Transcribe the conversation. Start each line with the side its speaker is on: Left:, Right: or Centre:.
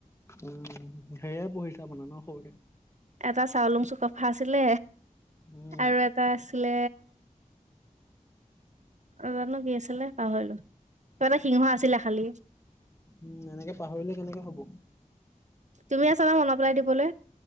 Left: উম, সেয়াই পঢ়িছা মানে ন সৰুতে।
Right: এটা চাউলুং চুকাফা আছিলে,
Left: উম
Right: আৰু এটা আছিলে অ জানো কি আছিলে পাহৰিলো, কিবা এটা সিংহ আছিলে খালি।
Left: উম এনেকে পাহৰিলে কেনেকে হব।
Right: তুমি আছা নহয় মনত পেলাই দিবলে।